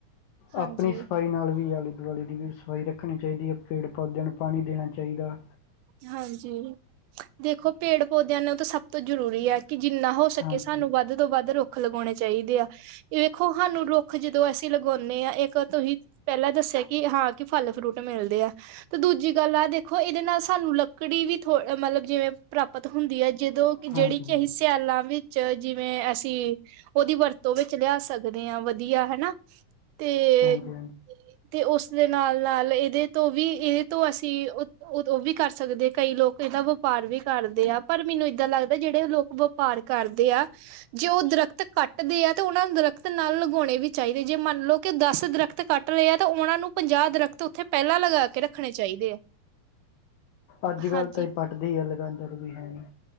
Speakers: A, on the right (about 80°); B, on the left (about 75°).
A: ਹਾਂਜੀ
B: ਆਪਣੀ ਸਫ਼ਾਈ ਨਾਲ ਵੀ ਗਲ਼ੀ ਦੀ ਵੀ ਸਫ਼ਾਈ ਰੱਖਣੀ ਚਾਹੀਦੀ ਐ। ਪੇੜ-ਪੌਦਿਆਂ ਨੂੰ ਪਾਣੀ ਦੇਣਾ ਚਾਹੀਦਾ।
A: ਹਾਂਜੀ। ਦੇਖੋ, ਪੇੜ-ਪੌਦਿਆਂ ਨੂੰ ਤਾਂ ਸਭ ਤੋਂ ਜ਼ਰੂਰੀ ਐ। ਕਿ ਜਿੰਨਾ ਹੋ ਸਕੇ,
B: ਹਾਂਜੀ,
A: ਸਾਨੂੰ ਵੱਧ ਤੋਂ ਵੱਧ ਰੁੱਖ ਲਗਾਉਣੇ ਚਾਹੀਦੇ ਆ। ਵੇਖੋ ਹਾਨੂੰ ਰੁੱਖ ਜਦੋਂ ਅਸੀਂ ਲਗਾਉਂਨੇ ਆ। ਇੱਕ ਤੁਹੀਂ ਪਹਿਲਾਂ ਦੱਸਿਆ ਕਿ ਹਾਂ, ਕਿ ਫ਼ਲ-ਫਰੂਟ ਮਿਲਦੇ ਆ। ਤੇ ਦੂਜੀ ਗੱਲ ਆ ਦੇਖੋ, ਇਹਦੇ ਨਾਲ ਸਾਨੂੰ ਲੱਕੜੀ ਵੀ ਥੋ ਮਤਲਬ ਜਿਵੇਂ ਪ੍ਰਾਪਤ ਹੁੰਦੀ ਹੈ। ਜਦੋਂ ਕਿ ਜਿਹੜੀ
B: ਹਾਂਜੀ,
A: ਕਿ ਅਸੀਂ ਸਿਆਲਾਂ ਵਿੱਚ, ਜਿਵੇਂ ਅਸੀਂ ਉਹਦੀ ਵਰਤੋਂ ਵਿੱਚ ਲਿਆ ਸਕਦੇ ਹਾਂ ਵਧੀਆ ਹਨਾ। ਤੇ।
B: ਹਾਂਜੀ-ਹਾਂਜੀ,
A: ਤੇ ਉਸਦੇ ਨਾਲ- ਨਾਲ ਇਹਦੇ ਤੋਂ ਵੀ ਇਹਦੇ ਤੋਂ ਅਸੀਂ ਉਹ- ਉਹ ਦ ਵੀ, ਕਰ ਸਕਦੇ ਆ, ਕਈ ਲੋਕ ਇਹਦਾ ਵਪਾਰ ਵੀ ਕਰਦੇ ਆ। ਪਰ ਮੈਨੂੰ ਇਏਦਾਂ ਲੱਗਦਾ ਜਿਹੜੇ ਲੋਕ ਵਪਾਰ ਕਰਦੇ ਆ। ਜੇ ਉਹ ਦਰਖਤ ਕੱਟਦੇ ਆ ਤੇ ਉਹਨਾਂ ਨੂੰ ਦਰਖਤ ਨਾਲ ਲਗਾਉਣੇ ਵੀ ਚਾਹੀਦੇ ਜੇ ਮੰਨ ਲਓ ਕਿ ਦਸ ਦਰਖਤ ਕੱਟ- ਰੇ ਆ ਤਾਂ ਉਹਨਾ ਨੂੰ ਪੰਜਾਹ ਦਰਖ਼ਤ ਉੱਥੇ ਪਹਿਲਾਂ ਲਗਾ ਕੇ ਰੱਖਣੇ ਚਾਹੀਦੇ ਆ।
B: ਅੱਜ ਕੱਲ
A: ਹਾਂਜੀ
B: ਤਾਂ ਹੀ ਪੱਟਦੀ ਆ ਲਗਾਦਾ ਤੇ ਕੋਈ ਹੈ ਨਹੀਂ।